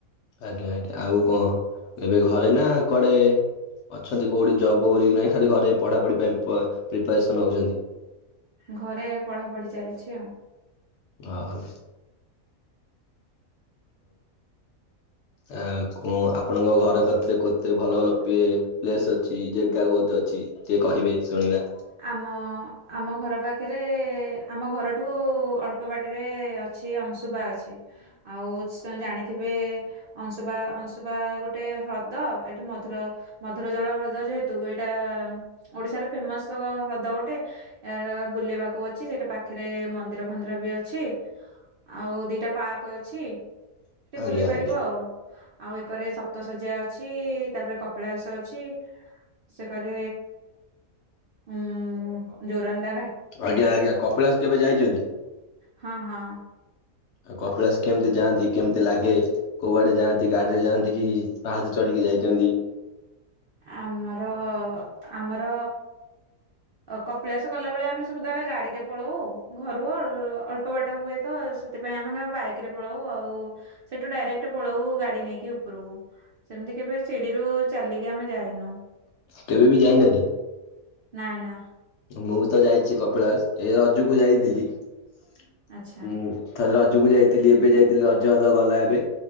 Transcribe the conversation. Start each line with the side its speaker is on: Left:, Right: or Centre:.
Left: ଆଜ୍ଞା ଆଜ୍ଞା ଆଉ କଣ ଏବେ ଘରେ ନା କୁଆଡେ? ଅଛନ୍ତି କଉଠି ଜବ୍ କ ନାଇଁ ଖାଲି ଘରେ ପଢାପଢି ପାଇଁ ପ୍ରିପାରେସନ ହଉଛନ୍ତି?
Right: ଘରେ ପଢା ପଢି ଚାଲିଛି ଆଉ।
Left: ହ ହଉ। ଆ କଣ ଆପଣଙ୍କ ଘର କତିରେ କେତେ ଭଲ ଭଲ ପି ପ୍ଲେସ୍ ଅଛି ଜାଗା କତେ ଅଛି ସେଏ କହିବେ ଶୁଣିବା।
Right: ଆମ ଆମ ଘର ପାଖରେ ଆମ ଘରଠୁ ଅଳ୍ପ ଉପୂବାଟରେ ଅଛି ଅଂଶୁବା ଅଛି ଆଉ ଜାଣିଥିବେ। ଅଂଶୁପା ଅଂଶୁପା ଗୋଟେ ହ୍ରଦ ଏଠି ମଧୁର ମଧୁର ଜଳ ହ୍ରଦ ଯେହେତୁ ଏଇଟା ଓଡିଶାରେ ଫେମସ ହ୍ରଦ ଗୋଟେ। ଏ ବୁଲେଇବାକୁ ଅଛି ସେଟା ପାଖରେ ମନ୍ଦିର ଫନ୍ଦିର ବି ଅଛି। ଆଉ ଦିଟା ପାର୍କ ଅଛି, ସେଠି
Left: ଆଜ୍ଞା
Right: ବୁଲି ପାରିବ
Left: ଆଜ୍ଞା
Right: ଆଉ। ଆଉ ଏକରେ ସପ୍ତ ଶଜ୍ୟା ଅଛି ତାପରେ କପିଳାସ ଅଛି। ସେକରେ ଉଁ ଜୋରଣ୍ଡା ଘା
Left: ଆଜ୍ଞା ଆଜ୍ଞା କପିଳାସ କେବେ ଯାଇଛନ୍ତି?
Right: ହଁ ହଁ।
Left: ଆଉ କପିଳାସ କେମିତି ଯାଆନ୍ତି କେମିତି ଲାଗେ। କୁଆଡେ ଯାଆନ୍ତି ଗାଡିରେ ଯାଆନ୍ତି କି ପାହାତ ଚଢ଼ିକି ଯାଇଛନ୍ତି।
Right: ଆମର ଆମର କପିଳାସ କଲାବେଳେ ଆମେ ବଧାବେେ ଗଡି ରେ ପଳଉ ଆଉ। ଘରୁ ଅଳ୍ପ ବାଟା ହୁଏ ତ ସେଥିପାଇଁ ଆମେ ବାଇକ ରେ ପଳାଉ ଆଉ। ସେଠୁ ଡାଇରେକ୍ଟ ପଳଉ ଗାଡି ନେଇକି ଉପରକୁ ସେମିତି କେବେ ଶିଡିରୁ ଚାଲିକି ଆମେ ଯାଇନୁ
Left: କେବେ ବି ଯାଇନାହାନ୍ତି
Right: ନା ନା।
Left: ମୁଁ ବି ତ ଯାଇଛି କପିଳା ଏ ରଜକୁ ଯାଇଥିଲି ହୁଁ।
Right: ଆଚ୍ଛା
Left: ଥରେ ରଜକୁ ଯାଇଥିଲି ଏବେ ଯାଇଥିଲି ରଜ ତ ଗଲା ଏବେ